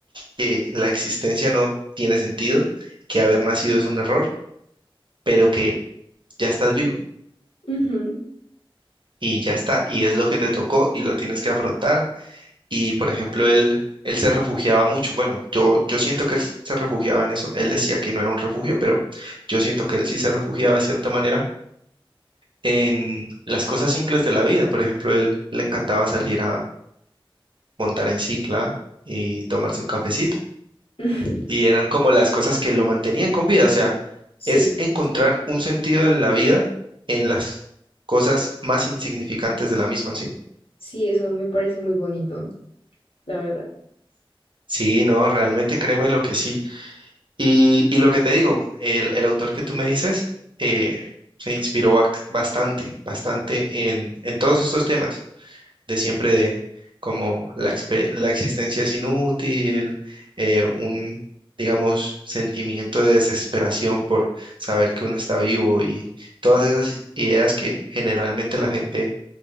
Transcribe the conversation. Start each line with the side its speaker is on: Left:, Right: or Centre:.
Right: que la existencia no tiene sentido, que haber nacido es un error, pero que ya estás vivo.
Left: Ujú.
Right: y ya está, y es lo que te tocó y lo tienes que afrontar. Y por ejemplo, él, él se refugiaba mucho, bueno, yo, yo siento que él se refugiaba en eso, él decía que no era un refugio, pero yo siento que él sí se refugiaba de cierta manera en las cosas simples de la vida, por ejemplo, él le encantaba salir a montar en cicla y tomarse un cafecito,
Left: <laughs>
Right: y eran como las cosas que lo mantenían con vida, o sea,
Left: Sí,
Right: es encontrar un sentido en la vida en las cosas más insignificantes de la misma, ¿sí?
Left: sí, eso me parece muy bonito, la verdad.
Right: Sí, no, realmente créeme lo que sí. Y, y lo que te digo, el, el autor que tú me dices eh, se inspiró ba- bastante, bastante en, en todos estos temas de siempre de como la, expe- la existencia es inútil, eh, un, digamos, sentimiento de desesperación por saber que uno está vivo y todas esas ideas que generalmente la gente